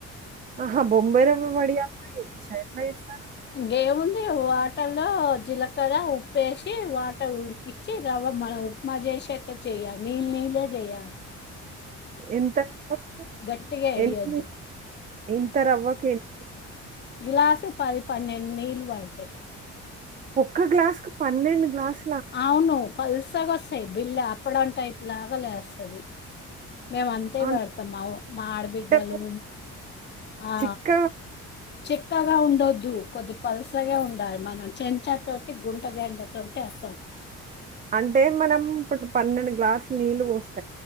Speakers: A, on the right; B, on the left.
A: ఆహా బొంబైరవ్వ వడియాలు కూడా చేయొచ్చా ఎట్లా చేస్తారు
B: గేముంది వాటర్ లో జీలకర ఉప్పేసి వాటర్ ఉడికించి రవ్వ మనం ఉప్మా చేసేట్ చెయాలి నీళ్ళే చెయాలి
A: ఎంతకు <unintelligible>
B: గట్టిగా వేయొద్దు
A: ఎన్ని ఇంత రవ్వకేంటి
B: గ్లాస్ పది పన్నెండు నీలు పడతాయి
A: ఒక్క గ్లాస్ కు పన్నెండు గ్లాస్
B: అవును పలుసాగొస్థాయి బిల్లు అప్పడం టైపులాగా లేస్తది మేము అంతే
A: అంటే
B: పెడుతం మా ఆడబిడ్డలు
A: మరి
B: ఆ
A: చిక్కగా
B: చిక్కగా ఉండొద్దు కొద్ అది పల్సగా ఉండాలి మనం చెంచా తోటి గుంట గండె తోటి అసాం
A: అంటే మనం ఇప్పుడు పన్నెండు గ్లాసులు నీళ్ళు పోస్తు